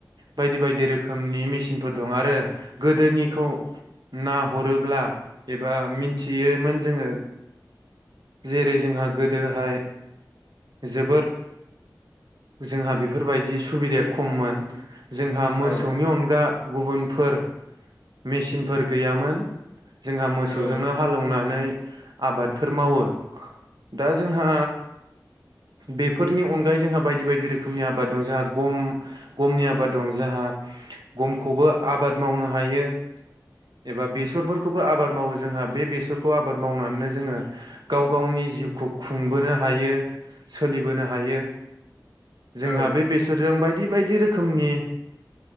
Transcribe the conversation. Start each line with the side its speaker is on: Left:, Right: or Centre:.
Right: बायदि बायदि रोखोमनि मिस इनफोर दं आरो गोदोनिखौ नाहरोब्ला एबा मिथियोमोन जोङो जेरै जोंहा गोदोहाय जोबोर जोंहा बेफोरबायदि सुबिदाया खममोन जोंहा मोसौनि
Left: औ
Right: अनगा गुबुनफोर मेचिनफोर गैयामोन जोंहा मोसौजोंनो
Left: औ
Right: हालौवनानै आबादफोर मावो दा जोंहा बेफोरनि अनगायै जोंहा बायदि बायदि रोखोमनि आबाद दं जोंहा गम-गमनि आबाद दं जोंहा गम खौबो आबाद मावनो हायो एबा बेसरफोरखौबो आबाद मावो जोंहा बे बेसरखौ आबाद मावनानैनो जोङो गाव गावनि जिउखौ खुंबोनो हायो सोलिबोनो हायो। जोंहा
Left: औ
Right: बे बेसरजों बाय दि बायदि रोखोमनि